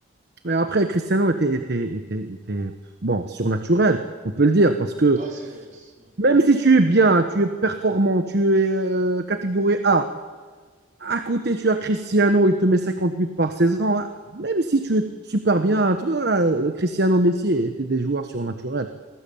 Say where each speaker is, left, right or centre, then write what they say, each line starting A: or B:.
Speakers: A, on the right (about 50°); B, on the right (about 35°).
A: mais après, Cristiano était, était, était, était, bon, surnaturel, on peut le dire, parce que
B: ouais. Ouais, c'est c'est- ouais.
A: même si tu es bien, tu es performant, tu es euh, catégorie A, À côté, tu as Cristiano, il te met 50 buts par saison. hein. Même si tu es super bien, tu vois, Cristiano Messi étaient des joueurs surnaturels.